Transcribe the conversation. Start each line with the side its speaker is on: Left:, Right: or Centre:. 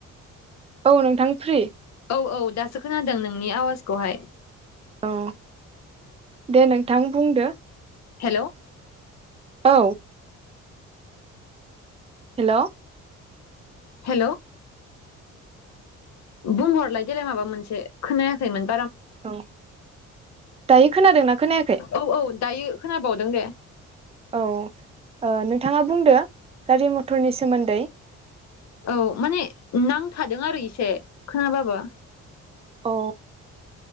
Right: औ नोंथां फ्रि
Left: औ औ दासो खोनादों नोंनि आवाजखौहाय
Right: औ दे नोंथां बुंदो
Left: हेल'
Right: औ हेल'
Left: हेल' बुंहरलाय देलाय माबा मोनसे खोनायाखै मोन
Right: औ दायो खोनादोंना खोनायाखै?
Left: औ औ दायो खोनाबावदों दे
Right: औ नोंथाङा बुंदो गारि मथरनि सोमोन्दै
Left: औ माने नांथादों आरो इसे खोनाबाबो
Right: औ